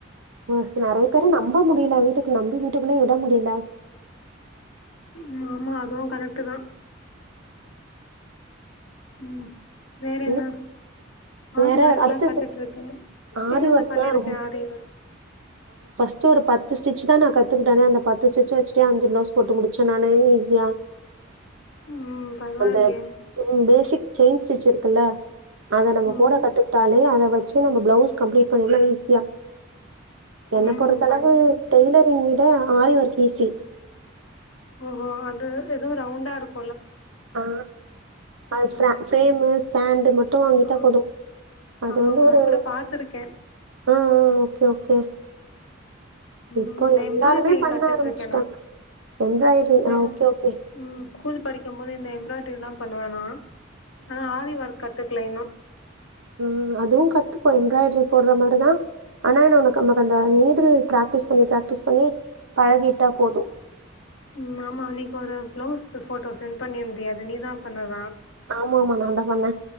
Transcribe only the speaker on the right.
ம் சி நெறைய பேரு நம்ப முடியில வீட்டுக் கு நம்பி வீட்டுக்குள்ளா விட முடியில
ம். வேற
அடுத்தது
ஆரி
ஒர்க்லாம்
சே ஒரு பத்து ஸ்டிச் தா நா கத்துக்கிட்டேனே அந்த பத்து ஸ்டிச்ச வச்சுட்டு அஞ்சு பிளஸ் போட்டு முடிச்சு நானு ஈஸியா
<unintelligible> அந்த ம் பேசிக் செயின் ஸ்டிச் இருக்குல்ல அத நம்ம
போட கத்துக்கிட்டாலே அத வச்சு நம்ம பிளவுஸ் கம்ப்ளீட் பண்லா ஈஸியா என்ன
பொறுத்தளவு
டெய்லரிங் வீ ட ஆரி வர்க் ஈஸி
ஆ அ
ஃபிரா ஃபிரேம் ஸ்டாண்டு் மட்டும் வாங்கிட்டா
போதும் அது
வந்து
ஒரு
ம் ம் ஓகே ஓகே
இப்போ எல்லாருமே
பண்ண
ஆரம்பிச்சுட்டாங்க.
எம்ப்ராய்டரி
ஆ ஓகே, ஓகே.
உம் அதுவும் கத்துப்போ எம்ப்ராய்டரி போடுற மாரிதான் ஆனா என்ன உனக்கு நமக்கு அந்த நீடில் பிராக்டிஸ் பண்ணி பிராக்டிஸ் பண்ணி பழகிட்டா போது
ஆமா ஆமா நான்ந்தா பன்